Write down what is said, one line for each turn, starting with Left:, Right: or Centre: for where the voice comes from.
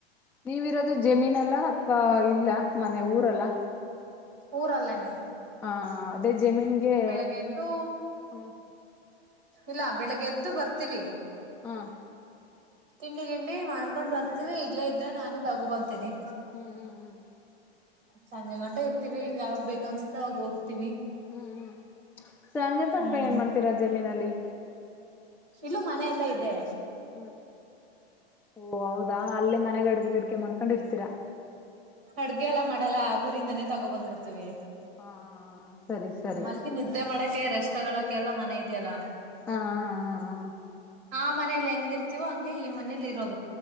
Centre: ನೀವಿರೋದು ಜಮೀನ್ಲ್ಲ ಅಥವಾ ಇಲ್ಲ ಮನೆ ಊರಲ್ಲ
Right: ಊರಲ್ಲೇನೆ
Centre: ಹಾ ಅದೇ ಜಮೀನ್ಗೆ
Right: ಬೆಳಗ್ಗೆ ಎದ್ದು
Centre: ಹ
Right: ಇಲ್ಲ ಬೆಳಿಗ್ ಎದ್ದು ಬರ್ತೀವಿ
Centre: ಹ್ಮ್
Right: ತಿಂಡಿ ತಿಂಡಿ ಮಾಡ್ಕೊಂಡ್ ಬರ್ತೀವಿ ಇಲ್ಲೇ ಇದ್ರೆ ನಾನೇ ತಗೋಬಂತೀನಿ
Centre: ಹ್ಮ್ ಹ್ಮ್ ಹ್ಮ್
Right: ಸಂಜೆ ಗಂಟೆ ಇರ್ತಿವಿ ಯಾವಾಗ ಬೇಕನ್ಸುತ್ತೆ ಅವಾಗ ಹೋಗ್ತೀವಿ
Centre: ಹ್ಮ್ ಹ್ಮ್ ಸಂಜೆ ಸಂನಕಾಯ
Right: ಹ್ಮ್
Centre: ಏನ್ ಮಾಡ್ತೀರಾ ಜಮೀನಲ್ಲಿ
Right: ಇಲ್ಲೂ ಮನೆ ಎಲ್ಲಾ ಇದೆ
Centre: ಹ್ಮ್ ಓ ಹೌದಾ ಅಲ್ಲೇ ಮನೆ ಗಡಗೆ ಗಡಿಕೆ ಮಾಡ್ಕೊಂಡಿರ್ತೀರಾ
Right: ಅಡುಗೆ ಎಲ್ಲ ಮಾಡಲ್ಲ ಊರಿಂದಾನೇ ತಗೊ ಬ್ಬ ಬಿಡ್ತೀವಿ
Centre: ಹ ಸರಿ ಸರಿ
Right: ಮಲ್ಗಿ ನಿದ್ದೆ ಮಾಡಕ ರೆಷ್ಟಗಳಕ ಎಲ್ಲ ಮನೆ ಇದೆಯಲ್ಲ
Centre: ಹಾ ಹಾ ಹಾ ಹಾ
Right: ಆ ಮನೇಲಿ ಹೆಂಗ ಇರ್ತಿವೋ ಹಂಗೆ ಈ ಮನೇಲಿ ಇರೋದು